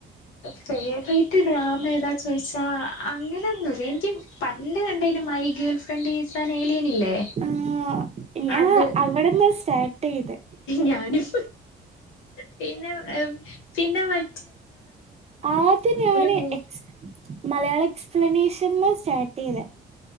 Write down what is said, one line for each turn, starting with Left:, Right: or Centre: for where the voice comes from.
Left: ഫേവറേറ്റ് ഡ്രാമ ഏതാ ചോയിച്ചാ അങ്ങനൊന്നുല്ല ൻക്ക് പണ്ട് കണ്ടേൽ my girl friend is an alien ഇല്ലേ
Right: ആഹ് ഞാൻ
Left: അത്
Right: അവിടെന്ന് സ്റ്റാർട്ട് ചെയ്ത്
Left: ഞാനും പിന്നെ പിന്നെ മ
Right: ആദ്യം ഞാന്
Left: മൂ
Right: എക്സ് മലയാള എക്സ്പ്ലനേഷൻ ന്ന് സ്റ്റാർട്ട് ചെയ്ത